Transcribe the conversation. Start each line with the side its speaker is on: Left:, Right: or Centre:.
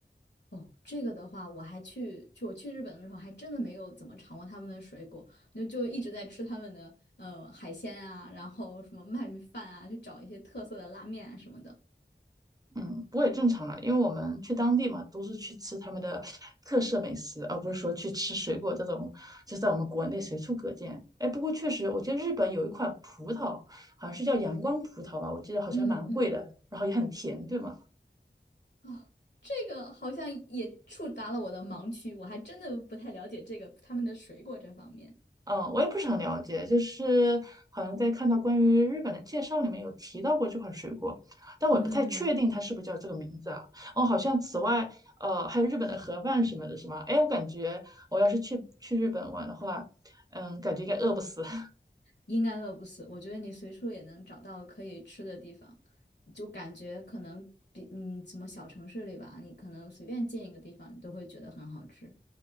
Left: 哦，这个的话，我还去就我去日本的时候，还真的没有怎么尝过他们的水果，就就一直在吃他们的呃海鲜啊，然后什么鳗鱼饭啊，去找一些特色的拉面啊什么的。
Right: 嗯，不过也正常了，因为我们去当地嘛，都是去吃他们的特色美食，而不是说去吃水果这种，就在我们国内随处可见。哎，不过确实，我记得日本有一款葡萄，好像是叫阳光葡萄吧，我记得好像蛮贵的，
Left: 嗯嗯，
Right: 然后也很甜，对吗？
Left: 哦，这个好像也触达了我的盲区，我还真的不太了解这个他们的水果这方面。
Right: 嗯，我也不是很了解，就是好像在看到关于日本的介绍里面有提到过这款水果，但我不太确定它是不是叫这个名字啊。
Left: 嗯，
Right: 哦，好像此外，呃，还有日本的盒饭什么的，是吗？哎，我感觉我要是去去日本玩的话，嗯，感觉应该饿不死。<laughs>
Left: 应该饿不死，我觉得你随处也能找到可以吃的地方，就感觉可能比嗯什么小城市里吧，你可能随便进一个地方，你都会觉得很好吃。